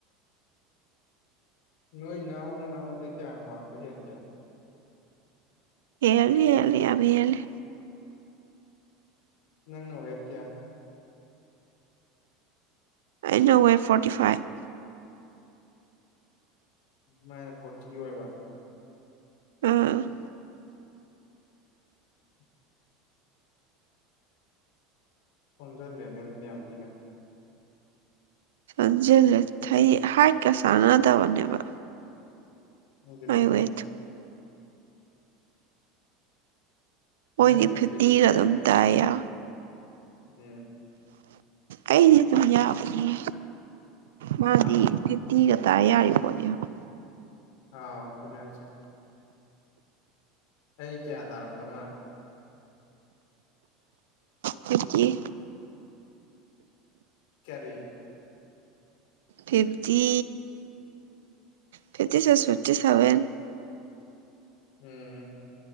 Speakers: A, on the left (about 70°); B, on the right (about 80°).
A: ꯅꯣꯏ ꯏꯅꯥꯎꯅ ꯅꯅꯥꯉꯣꯟꯗꯤ ꯀꯤꯌꯥꯝ ꯋꯥꯡꯕ ꯍꯦꯟꯒꯦ
B: ꯍꯦꯜꯂꯤ ꯍꯦꯜꯂꯤ ꯌꯥꯝ ꯍꯦꯜꯂꯤ
A: ꯅꯪ ꯅ ꯋꯦꯠ ꯀꯌꯥ
B: ꯑꯩꯅ ꯋꯦꯠ ꯐꯣꯔꯇꯤ ꯐꯥꯏꯚ
A: ꯃꯥꯏꯅ ꯐꯣꯔꯇꯤ ꯑꯣꯏꯕ
B: ꯎꯝ ꯎꯝ
A: <inaudible> ꯁꯣꯟꯖꯜꯂꯦꯅꯦ ꯑꯗꯨꯗꯤ ꯌꯥꯝ ꯊꯤꯅ
B: ꯁꯣꯟꯖꯦꯜꯂꯦ ꯊꯩ ꯍꯥꯏꯠꯀꯥ ꯆꯥꯟꯅꯗꯕꯅꯦꯕ
A: ꯑꯗꯨꯒꯤꯅꯦ
B: ꯑꯩ
A: ꯍꯥꯏꯁꯦ
B: ꯋꯦꯠꯇꯣ ꯃꯣꯏꯗꯤ
A: ꯅꯪꯒꯤꯕꯨꯗꯤ
B: ꯐꯤꯐꯇꯤꯒ
A: ꯌꯥꯏꯗ
B: ꯑꯗꯨꯝ ꯇꯥꯏ ꯌꯥ
A: ꯎꯝ
B: ꯑꯩꯗꯤ ꯑꯗꯨꯝ ꯌꯥꯕꯅꯤꯍꯦ ꯃꯥꯗꯤ
A: ꯍꯥ
B: ꯐꯤꯐꯇꯤꯒꯥ ꯇꯥ ꯌꯥꯔꯤꯄꯣꯠꯅꯦꯕ
A: ꯑꯥꯎ ꯑꯗꯨꯅꯦ ꯍꯥꯏꯁꯦ ꯑꯩ ꯀꯌꯥ ꯇꯥꯔꯝꯗꯧ ꯃꯥꯜꯂꯤ
B: ꯐꯤꯐꯇꯤ
A: ꯀꯔꯤ
B: ꯐꯤꯐꯇꯤ ꯐꯤꯐꯇꯤ ꯁꯤꯁ ꯐꯤꯞꯇꯤ ꯁꯚꯦꯟ
A: ꯎꯝ